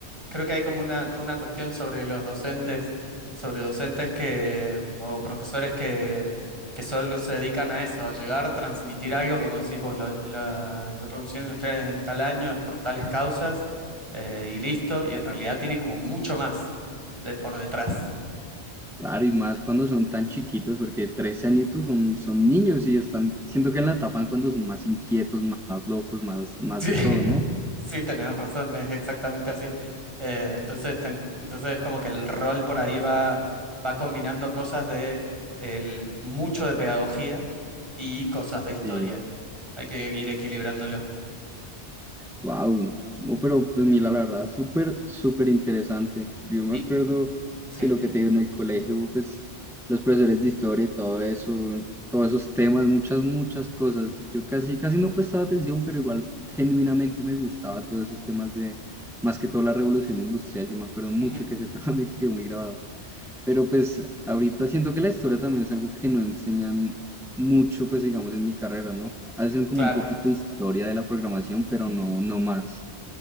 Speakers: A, on the right; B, in the centre.
A: creo que hay como una, toda una cuestión sobre los docentes, sobre docentes que, mm, o profesores que, que solo se dedican a eso, a llegar, transmitir algo, como decís vos, la, la revolución industrial es en tal año, es por tales causas, eh, y listo, y en realidad tiene como mucho más de, por detrás.
B: Claro, y más cuando son tan chiquitos, porque 13 añitos son, son niños y están, siento que la tapan cuando son más inquietos, más, locos, más, más
A: Sí,
B: de
A: <laughs>
B: todo, ¿no?
A: sí, tenés razón, es exactamente así. Eh, entonces, ten- entonces es como que el rol por ahí va, va combinando cosas de el, mucho de pedagogía y cosas de historia.
B: Sí.
A: Hay que ir equilibrándolo.
B: Wow, no, pero pues mira, la verdad, súper, súper interesante. Yo me
A: Y
B: acuerdo,
A: sí,
B: si lo que te digo en el colegio, pues los profesores de historia y todo eso, todos esos temas, muchas, muchas cosas. Yo casi, casi no prestaba atención, pero igual genuinamente me gustaba todos esos temas de, más que todo la revolución industrial. Yo me acuerdo mucho
A: ujú,
B: que ese <laughs> tema me quedó muy grabado. Pero pues ahorita siento que la historia también es algo que no enseñan mucho, pues digamos, en mi carrera, ¿no? hacen como
A: claro.
B: un poquito de historia de la programación, pero no, no más.